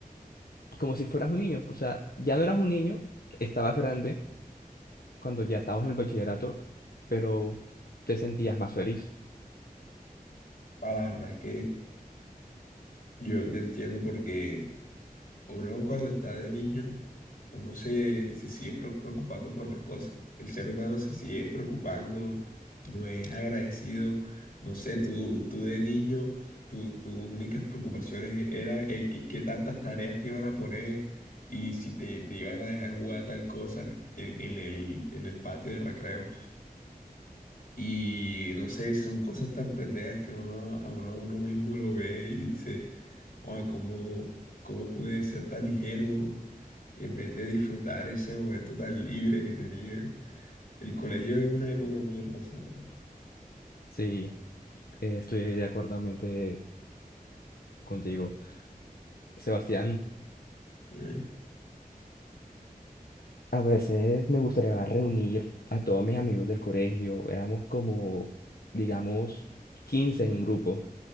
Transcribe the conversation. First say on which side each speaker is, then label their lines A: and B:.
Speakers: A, on the left; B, on the left.
A: como si fueras un niño. O sea, ya no eras un niño, estabas grande cuando ya estábamos en el bachillerato, pero te sentías más feliz.
B: ah, la verdad es que yo te entiendo porque Uno cuando está de niño, uno se, se sigue pre- preocupando por las cosas. El ser humano se sigue preocupando, no es agradecido. No sé, tú, tú de niño, tu- tus únicas preocupaciones eran eh, qué, qué tantas tareas te iban a poner y si te, te iban a dejar jugar tal cosa en, en el, en el patio de recreo. Y no sé, son cosas tan pendejas que uno, ahora uno a uno mismo lo ve y dice, "Joa, ¿cómo, cómo pude ser tan ingenuo? Y en vez de disfrutar ese momento tan libre que tenía. El colegio es una época muy hermosa, la verdad.
A: Sí, eh, estoy de acuerdo mente contigo. Sebastián,
B: Dime.
A: a veces me gustaría reunir a todos mis amigos del colegio. Éramos como, digamos, 15 en un grupo.